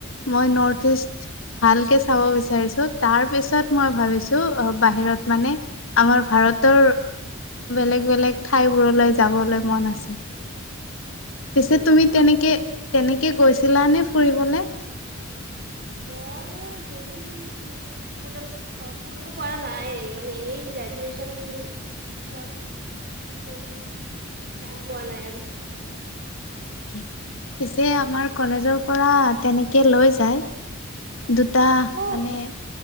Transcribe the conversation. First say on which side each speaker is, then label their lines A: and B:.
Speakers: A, on the left; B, on the right.
A: মই নৰ্থ ইষ্ট ভালকে চাব বিচাৰিছো তাৰ পিছত মই ভাবিছো বাহিৰত মানে আমাৰ ভাৰতৰ বেলেগ বেলেগ ঠাইবোৰলৈ যাবলৈ মন আছে। পিছে
B: ভালে
A: তুমি
B: ভালে
A: তেনেকে তেনেকে গৈছিলানে ফুৰিবলৈ।
B: মই বেছি ফুৰি মানে ফুৰিব পৰা নাই মানে এই গ্ৰেজুয়চন লত প টাইম পোৱা নাই আৰু
A: হয় পিছে আমাৰ কলেজৰ পৰা তেনেকে লৈ যায় দুটা
B: অ
A: মানে